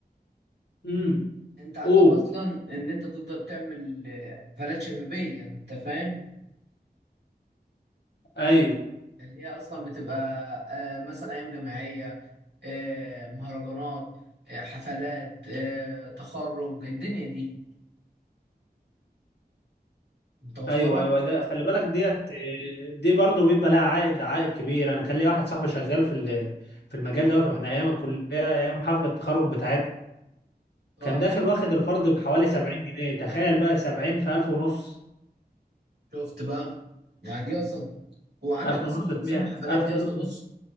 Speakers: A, on the left; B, on the right.
A: امم
B: انت عندك
A: اوه
B: اصلا ان انت تقدر تعمل آه، حفلات شبابيه انت فاهم
A: ايوه
B: اللي هي اصلا بتبقى آه، مثلا ايام جامعيه آه، مهرجانات آه، حفلات آه، تخرج الدنيا دي انت واصله
A: ايوه ايوه
B: لك
A: ده خلي بالك ديت دي برضه بيبقى لها عائد عائد كبير انا كان ليا واحد صاحبي شغال في ال- في المجال دوت واحنا ايام الكليه ايام حفله التخرج بتاعتنا
B: اه
A: كان داخل واخد الفرد بحوالي 70 جنيه تخيل بقى 70 في 1000 ونص
B: شفت بقى يعني دي اصلا هو عندك
A: 1000
B: اصلا
A: ونص
B: تنظيم
A: في 100
B: الحفلات
A: 1000
B: دي
A: ونص
B: اصلا بص